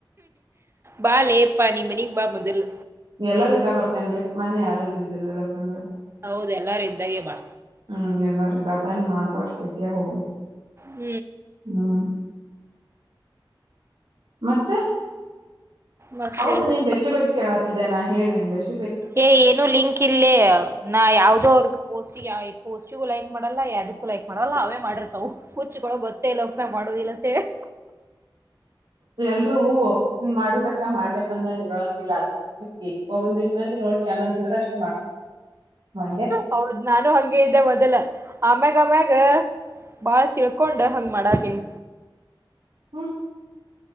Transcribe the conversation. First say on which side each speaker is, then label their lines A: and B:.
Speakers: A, on the right; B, on the right.
A: ಬಾ ಲೇಪ್ಪ ನೀ ಮನಿ ಬಾ ಮಜಲ್
B: ಎಲ್ಲಾರೂ ಇದ್ದ ಬರ್ತೇನ್ಮನೆೆ ಯಾರು ಇದ್ದುದಿಲ್ಲಲ್ಲಪ್ಪಂದ
A: ಹೌದು ಎಲ್ಲಾರೂ ಇದ್ದಾಗ ಬಾ
B: ಹ್ಮ್ ಎಲ್ಲ ಇದಪನ್ ಮಾತಾಡ್ಸಿೆಟ್ಟಿಯಾಗಿ ಹೋಗಣ
A: ಹ್ಮ್
B: ಹ್ಮ್ ಮತ್ತೆ
A: ಮತ್ತೆ
B: ಹೌದು
A: ಹೇಳ್ಬೇಕು
B: ನೀನ್ ಬೆಸ್ಟಿ ಬಗ್ಗೆ ಕಳಾತೇಾನ ಹೇಳಿೇನ್ ಬೆಸ್
A: ಏ ಏನು ಲಿಂಕ್ ಇಲ್ಲಿ ನಾ ಯಾವ್ದೋ ಅವರ್ದು ಪೋಸ್ಟ್ ಯ ಪೋಸ್ಟಿಗ ಲೈಕ್ ಮಾಡಲ್ಲ ಯದಕ್ಕೂ ಲೈಕ್ ಮಾಡಲ್ಲ ಅವೇ ಮಾಡಿರ್ತಾವ ಹುಚ್ಚಕೊಳ್ಳ ಗೊತ್ತ ಇಲ್ಲ ಉಪಮಯ ಮಾಡುದಿಲ್ಲ ಅಂತ ಹೇಳ
B: ಎಲ್ರೂ ಮಾಡುದ ರಷ ಮಾಡ್ಬೇಕಂದ ಇರೋಂಗಿಲ್ಲ ಅ ನಿಮ್ಗೆ ಒಂದ ದಿವ್ಸಂದ ನೋಡ್ ಚೆ ಅನ್ಸಿದ್ರ ಅಷ್ಟ ಹಾ
A: ಹೌದ್ ನಾನು ಹಂಗಗೆ ಇದ್ದೆ ಮೊದಲ ಆಮ್ಯಾಗ ಆಮ್ಯಾಗ ಬಾಳ ತಿಳ್ಕೊಂಡು ಹಂಗ್ ಮಾಡಾಕೀನಿ
B: ಹ್ಮ್